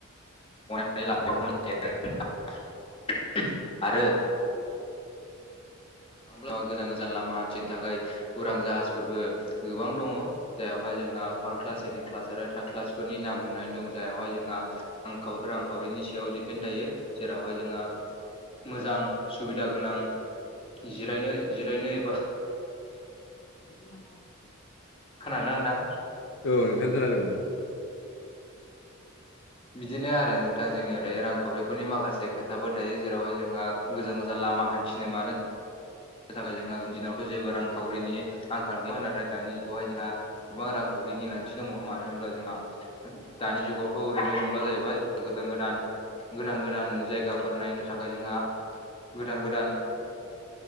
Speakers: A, on the left; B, on the left.
A: <unintelligible> आरो होनब्लाबो गोजान गोजान लामा हान्थिनो थाखाय उरां जाहाजफोरबो गोबां दङ जाययावहाय जोंहा फार्स्ट क्लास सेकेणड क्लास आरो थार्द क्लासफोरनि नाम होननानै दं जायावहाय जोंहा रांखा-रांखावरिनि सायाव दिडपेन्ड थायो जेरावहाय जोंहा मोजां सुबिदा गोनां जिरायनो जिरायनो एबा
B: <inaudible>
A: खोनादों नोंथां?
B: औ नोंथां खोनादों औ
A: बिदिनो आरो नोंथां जोंनियाव दायो रांखावरिफोरनि माखासे खोथाफोर थायो जेरावहाय जोंहा गोजान गोजान लामा हान्थिनो मानो नि थाखाय जोंहा दिनावथ' जेबो रांखावरिनि आंखाल गैयामोन नाथाय दानि जुगावहाय जोंहा गोबां रांखौरिनि गोनांथि दङ मा नो होनब्ला जोंहा दानि जुगावथ' ओरैनो नंला जाहैबाय गोदान गोदान गोदान गोदान जायगाफोर नायनो थाखाय जोंहा गोदान गोदान